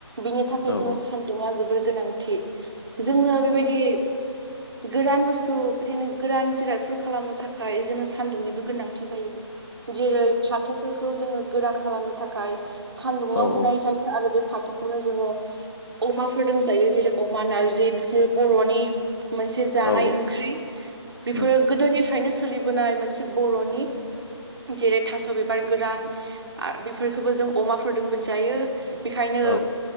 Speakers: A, on the right; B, on the left.
A: बिनि थाखाय
B: औ
A: जोङो सानदोंङा जोबोर गोनांथि जोङो बेबायदि गोरान बुस्थु बिदिनो गोरान जिरादफोर खालामनो थाखाय बिदिनो सान्दुंनिबो गोनांथि जायो। जेरै फाथोफोरखौ जोङो गोरान खालामनो थाखाय सानदुंङाव
B: औ
A: होनाय जायो। आरो बे फाथोखौनो जोङो अमाफोर दों जायो। जेरै अमा नारजि बेफोरो बर'नि मोनसे जानाय
B: औ
A: ओंख्रि बेफोरो
B: उम
A: गोदोनिफ्रायनो सोलिबोनाय मोनसे बर'नि जेरै थास' बिबार गोरान बेफोरखौबो जों अमाफोरजोंबो जायो। बेखायनो
B: औ